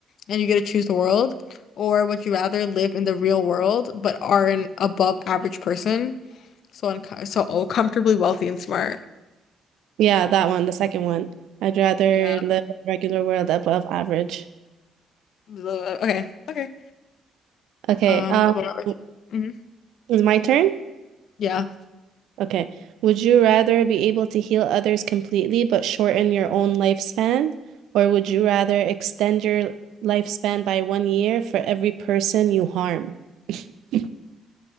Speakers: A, on the left; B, on the right.
A: and you get to choose the world, or would you rather live in the real world but are an above average person, so unco so oh, comfortably wealthy and smart?
B: Yeah, that one, the second one. I'd rather
A: Yeah.
B: live a regular world above average.
A: The- Okay. Okay.
B: Okay,
A: Um,
B: um,
A: above average. Mhm.
B: is my turn?
A: Yeah.
B: Okay. Would you rather be able to heal others completely but shorten your own lifespan, or would you rather extend your lifespan by one year for every person you harm? <laughs> <laughs>